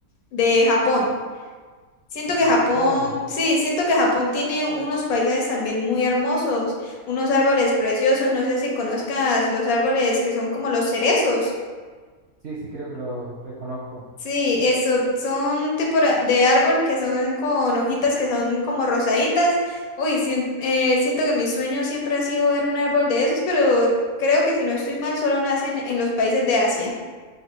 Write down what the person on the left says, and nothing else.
de Japón. Siento que
Japón, sí, siento que Japón tiene unos paisajes también muy hermosos, unos árboles preciosos, no sé si conozcas los árboles que son como los cerezos.
Sí, eso, son tipo ra- de árbol que son con hojitas que son como rosaditas. Uy, sien- eh, siento que mi sueño siempre ha sido ver un árbol de esos, pero creo que si no estoy mal, solo nacen en los países de Asia.